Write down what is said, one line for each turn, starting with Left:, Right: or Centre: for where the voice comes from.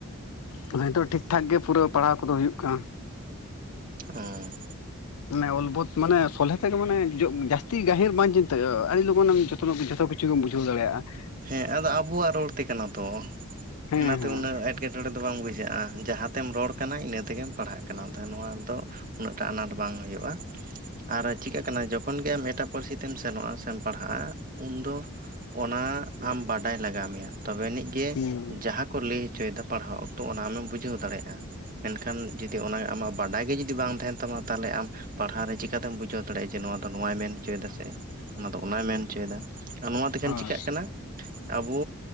Left: ᱟᱫᱚ ᱱᱤᱛᱚᱜ ᱴᱷᱤᱠ ᱴᱷᱟᱠ ᱜᱮ ᱯᱩᱨᱟᱹ ᱯᱟᱲᱦᱟᱣ ᱠᱚᱫᱚ ᱦᱩᱭᱩᱜ ᱠᱟᱱᱟ᱾
Right: ᱚᱸᱻ
Left: ᱢᱟᱱᱮ ᱚᱞᱵᱚᱛ ᱢᱟᱱᱮ ᱥᱚᱞᱦᱮ ᱛᱮᱜᱮ ᱢᱟᱱᱮ ᱡᱟᱹᱥᱛᱤ ᱜᱟᱹᱦᱤᱨ ᱵᱟᱧ ᱪᱤᱱᱛᱟᱹᱜᱼᱟ ᱟᱹᱰᱤ ᱞᱚᱜᱚᱱ ᱠᱚᱨᱱᱚ ᱢᱚᱛᱚᱷ ᱠᱤ ᱪᱷᱩ ᱜᱮᱢ ᱵᱩᱡᱟᱹᱣ ᱫᱟᱲᱮᱭᱟᱜᱼᱟ,
Right: ᱦᱮᱸ ᱟᱫᱚ ᱟᱵᱚᱣᱟᱜ ᱨᱚᱲ ᱛᱮ ᱠᱟᱱᱟ ᱛᱚ,
Left: ᱦᱮᱸ
Right: ᱚᱱᱟᱛᱮ ᱩᱱᱟᱹᱜ ᱮᱴ ᱠᱮᱴᱚᱬᱮ ᱫᱚ ᱵᱟᱝ ᱵᱩᱡᱷᱟᱹᱜᱼᱟ ᱡᱟᱦᱟᱸ ᱛᱮᱢ ᱨᱚᱲ ᱠᱟᱱᱟ ᱤᱱᱟᱹ ᱛᱮᱜᱮᱢ ᱯᱟᱲᱦᱟᱜ ᱠᱟᱱᱟ ᱛᱟᱦᱮᱸ ᱱᱚᱣᱟ ᱫᱚ ᱩᱱᱟᱹᱜ ᱴᱟ ᱟᱱᱟᱴ ᱜᱮ ᱵᱟᱝ ᱦᱩᱭᱩᱜᱼᱟ, ᱟᱨ ᱪᱤᱠᱟᱹᱜ ᱠᱟᱱᱟ ᱡᱚᱠᱷᱚᱱ ᱜᱮ ᱟᱢ ᱮᱴᱟᱜ ᱯᱟᱹᱨᱥᱤ ᱛᱮᱢ ᱥᱮᱱᱚᱜᱼᱟ ᱥᱮᱢ ᱯᱟᱲᱦᱟᱜᱼᱟ ᱩᱱᱫᱚ ᱚᱱᱟ ᱟᱢ ᱵᱟᱰᱟᱭ ᱞᱟᱜᱟᱣ ᱢᱮᱭᱟ ᱛᱚᱵᱮ ᱟᱹᱱᱤᱡ ᱜᱮ
Left: ᱦᱮᱸ
Right: ᱡᱟᱦᱟᱸ ᱠᱚ ᱞᱟᱹᱭ ᱦᱚᱪᱚᱭ ᱫᱟ ᱯᱟᱲᱦᱟᱣ ᱚᱠᱛᱚ ᱚᱱᱟ ᱟᱢᱮᱢ ᱵᱩᱡᱷᱟᱹᱣ ᱫᱟᱲᱮᱭᱟᱜᱼᱟ᱾ ᱮᱱᱠᱷᱟᱱ ᱡᱩᱚᱫᱤ ᱚᱱᱟ ᱟᱢᱟᱜ ᱵᱟᱰᱟᱭ ᱜᱮ ᱡᱩᱚᱫᱤ ᱵᱟᱝ ᱛᱟᱦᱮᱱ ᱛᱟᱢᱟ ᱛᱟᱦᱚᱞᱮ ᱟᱢ ᱯᱟᱲᱦᱟᱣ ᱨᱮ ᱪᱤᱠᱠᱟᱛᱮᱢ ᱵᱩᱡᱷᱟᱹᱣ ᱫᱟᱲᱮᱭᱟᱜᱼᱟ ᱡᱮ ᱱᱚᱣᱟ ᱫᱚ ᱱᱚᱣᱟᱭ ᱢᱮᱱ ᱦᱚᱪᱚᱭ ᱫᱟ ᱥᱮ ᱱᱚᱣᱟ ᱫᱚ ᱚᱱᱟᱭ ᱢᱮᱱ ᱦᱚᱪᱚᱭ ᱫᱟ᱾ ᱟᱨ ᱱᱚᱣᱟ ᱛᱮᱠᱷᱟᱱ
Left: ᱦᱮᱸ ᱦᱳᱭ
Right: ᱪᱤᱠᱟᱹᱜ ᱠᱟᱱᱟ ᱟᱵᱚ